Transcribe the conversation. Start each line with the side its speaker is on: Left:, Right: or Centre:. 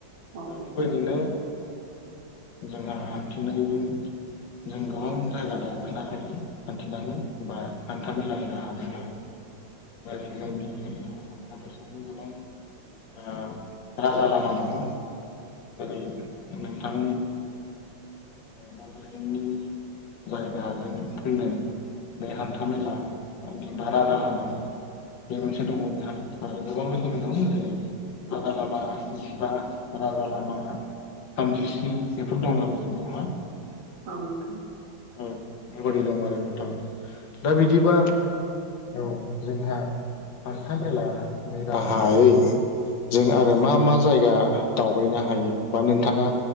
Right: औ
Left: दा बेबायदिनो जोंहा हान्थिननायजों जों गोबां जायगा दावबायनो हायो। हान्थिनानै बा हान्थामेलानि राहाजो माद <unintelligible> ओ राजा लामा दङ। जेरै - नोंथां बा जोंनि <unintelligible> फैनो, बे हान्थामेला, बा राजालानि बे मोनसे दङ। बे आरो गोबां रोखोमनि दङ जेरै- राजा लामा जिबा राजा लामा थामजिस्नि बेफोर दं आरो जोंनियावहा
Right: उव नोंथां
Left: औ बेबादि दं आरो नोंथाङा। दा
Right: औ
Left: बिदिबा औ जोंहा हान्था मेला नि राहायै, जों आरो मा मा जायगा दावबायनो हायो बा नोंथाङा